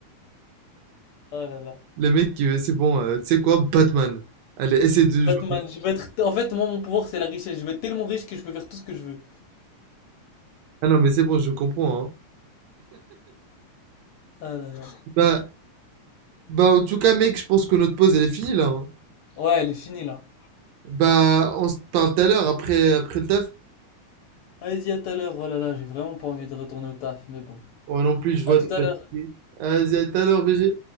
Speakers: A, on the left; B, on the right.
A: Oh là là.
B: Le mec, euh, c'est bon, euh, tu sais quoi, Batman. Allez, essaie de
A: Batman,
B: jouer.
A: je veux être. En fait, moi, mon pouvoir, c'est la richesse. Je veux être tellement riche que je peux faire tout ce que je veux.
B: Ah non, mais c'est bon, je comprends, hein.
A: Ah là là.
B: Bah, bah, en tout cas, mec, je pense que notre pause, elle est finie, là, hein.
A: Ouais, elle est finie là.
B: Bah, on se parle tout à l'heure après, après le taf.
A: Allez, y à tout à l'heure. Oh là là, j'ai vraiment pas envie de retourner au taf, mais bon.
B: Ouais, non plus, je vois.
A: À tout
B: des-
A: à l'heure.
B: Vas-y, à tout à l'heure, BG.